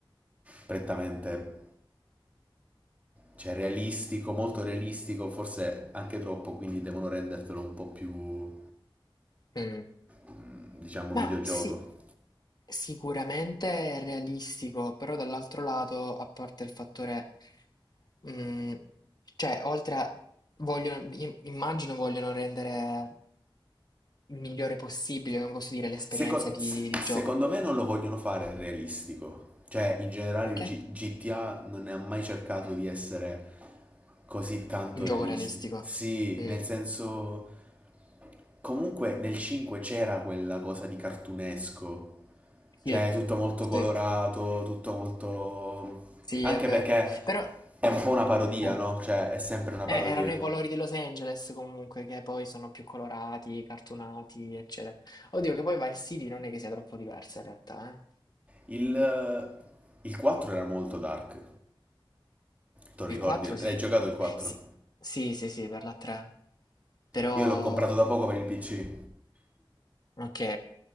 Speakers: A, on the right; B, on the left.
A: prettamente, cioè, realistico, molto realistico, forse anche troppo, quindi devono rendertelo un po' più,
B: mm.
A: mm, diciamo,
B: Ma
A: videogioco.
B: sì, Sicuramente è realistico, però dall'altro lato, a parte il fattore, mh, cioè, oltre a, vogliono, im- immagino vogliono rendere il migliore possibile, come posso dire, l'esperienza
A: Seco-
B: di,
A: se-
B: di
A: secondo
B: gioco.
A: me non lo vogliono fare realistico. Cioè, in generale
B: Perché?
A: il G- GTA non ne ha mai cercato di essere così tanto
B: Un gioco
A: realistico.
B: realistico.
A: Sì,
B: Mm,
A: nel senso... Comunque nel 5 c'era quella cosa di cartunesco.
B: Sì,
A: Cioè, tutto molto colorato,
B: sì,
A: tutto molto...
B: sì,
A: Anche
B: è vero.
A: perché
B: Però,
A: è un po' una parodia,
B: eh,
A: no? Cioè, è sempre una
B: eh,
A: parodia.
B: erano i colori di Los Angeles comunque, che poi sono più colorati, cartunati, eccetera. Oddio, che poi Vice City non è che sia troppo diversa in realtà, eh.
A: Il, il 4 era molto dark. Te lo
B: Il
A: ricordi?
B: 4 sì.
A: L'hai giocato il 4?
B: Sì, sì, sì, sì, per la 3. Però,
A: Io l'ho comprato da poco per il PC.
B: ok,